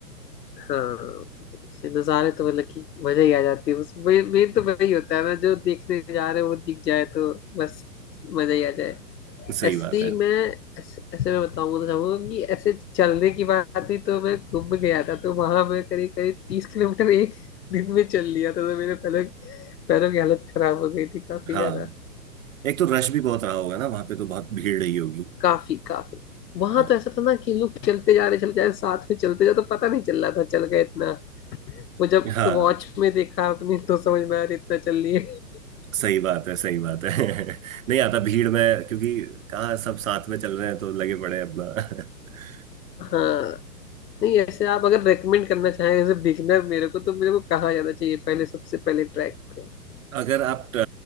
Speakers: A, on the left; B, on the right.
A: हाँ जैसे नज़ारे तो मतलब कि मजा ही आ जाती है उसमें मेन तो वही होता है ना जो देखने जा रहे हैं वो दिख जाए तो बस मजा ही आ जाए
B: <laughs> सही
A: ऐसे
B: बात
A: ही
B: है
A: मैं ऐसे, ऐसे मैं बताऊंगा तो चाहूंगा कि ऐसे चलने की बात हुई तो मैं घूम गया था तो वहां मैं करीब करीब तीस किलोमीटर एक दिन में चल लिया था तो मेरे पैरों पैरों की हालत खराब हो गई थी काफी
B: हाँ
A: ज्यादा
B: एक तो रश भी बहुत रहा होगा ना वहां पे तो बहुत भीड़ रही होगी
A: काफी काफी वहां
B: हाँ
A: तो ऐसा था ना कि लोग चलते जा रहे चलते जा रहे साथ में चलते जा तो पता नहीं चल रहा था चल गए इतना वो जब
B: हाँ
A: वॉच में देखा अपनी तो समझ में आ रही इतना चल रही है
B: सही बात है सही बात है <laughs> नहीं आता भीड़ में क्योंकि कहाँ सब साथ में चल रहे हैं तो लगे पड़े हैं अपना <laughs>
A: हाँ नहीं ऐसे आप अगर रेकमेंड करना चाहें एज ए बिगिनर मेरे को तो मेरे को कहाँ जाना चाहिए पहले सबसे पहले ट्रैक पे
B: अगर आप अ,